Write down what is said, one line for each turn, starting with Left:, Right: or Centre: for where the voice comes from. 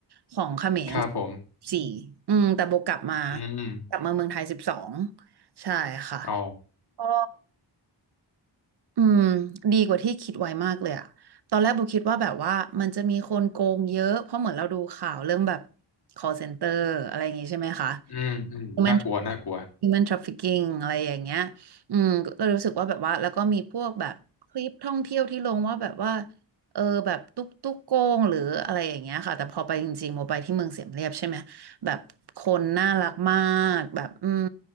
Right: ของเขมร
Left: ครับผม
Right: สี่อืมแต่โบกลับมา
Left: อืม
Right: กลับมาเมืองไทยสิบสองใช่ค่ะ
Left: อ๋อ
Right: ก็ อืมดีกว่าที่คิดไว้มากเลยอะตอนแรกโบคิดว่าแบบว่ามันจะมีคนโกงเยอะเพราะเหมือนเราดูข่าวเรื่องแบบ call center อะไรอย่างงี้ใช่ไหมคะ
Left: อืมอืมน่ากลัวน่ากลัว
Right: human human trafficking อะไรอย่างเงี้ยอืมเรารู้สึกว่าแบบว่าแล้วก็มีพวกแบบคลิปท่องเที่ยวที่ลงว่าแบบว่าเออแบบตุ๊กตุ๊กโกงหรืออะไรอย่างเงี้ยค่ะแต่พอไปจริงๆโมไปที่เมืองเสียมเรียบใช่ไหมแบบคนน่ารักมากแบบอืม